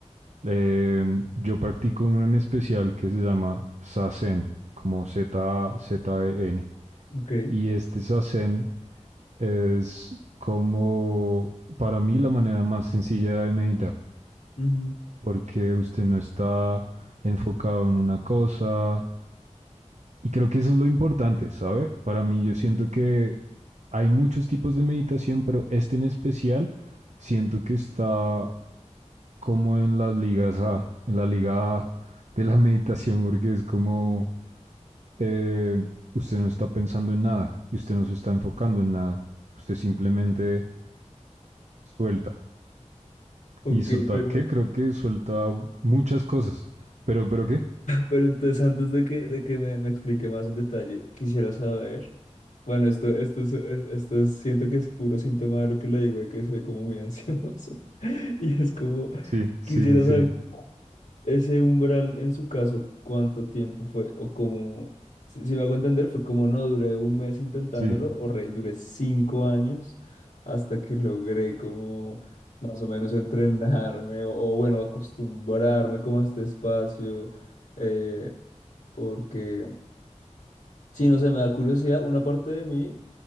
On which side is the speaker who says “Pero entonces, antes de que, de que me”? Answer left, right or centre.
Left